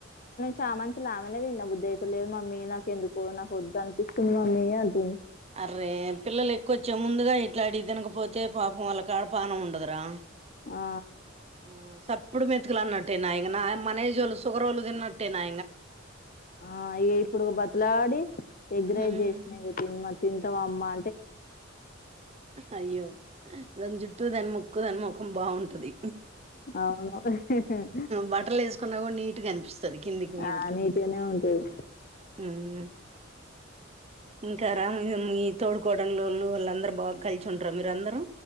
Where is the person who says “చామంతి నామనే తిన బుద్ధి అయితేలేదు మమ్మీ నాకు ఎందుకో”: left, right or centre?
Left